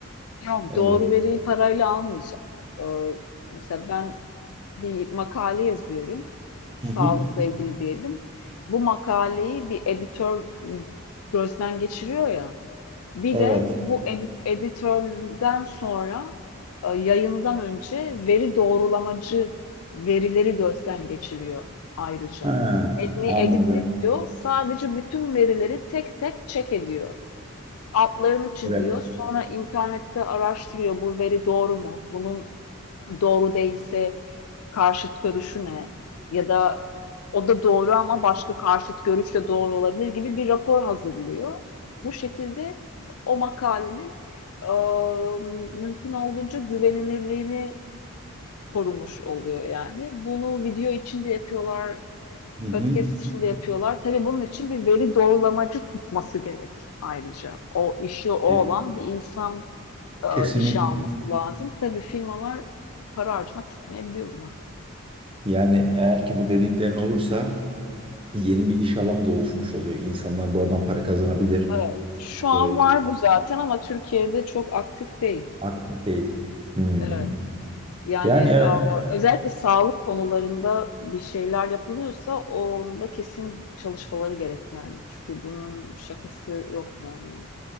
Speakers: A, on the left; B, on the right.
A: Yok
B: E,
A: doğru veriyi parayla almayacak. Ee, mesela ben bir makale yazıyorum. Sağlıkla
B: hı hı.
A: ilgili diyelim. Bu makaleyi bir editör gözden geçiriyor ya. Bir
B: Evet.
A: de bu edit, editörden sonra e, yayından önce veri doğrulamacı verileri gözden geçiriyor ayrıca.
B: Ha,
A: Metni
B: anladım.
A: editliyor, sadece bütün verileri tek tek check ediyor. Altlarını çiziyor,
B: Evet.
A: sonra internette araştırıyor bu veri doğru mu? Bunun doğru değilse karşıt görüşü ne? Ya da o da doğru ama başka karşıt görüş de doğru olabilir gibi bir rapor hazırlıyor. Bu şekilde o makalenin e, mümkün olduğunca güvenilirliğini korumuş oluyor yani. Bunu video için de yapıyorlar,
B: Hı
A: podcast için de yapıyorlar. Tabii bunun için bir veri doğrulamacı tutması gerek ayrıca. O işi o olan
B: hı.
A: bir insan
B: Kesinlikle.
A: e, işe alması lazım. Tabii firmalar para harcamak istemeyebiliyor buna.
B: Yani eğer ki bu dediklerin olursa yeni bir iş alanı da oluşmuş oluyor. İnsanlar buradan para kazanabilir.
A: Evet. Şu an
B: Ee,
A: var bu zaten ama Türkiye'de çok aktif değil.
B: aktif değil. Hmm.
A: Evet. Yani
B: Yani
A: e,
B: evet,
A: özellikle sağlık konularında bir şeyler yapılıyorsa onda kesin çalışmaları gerek yani. Çünkü bunun şakası yok yani.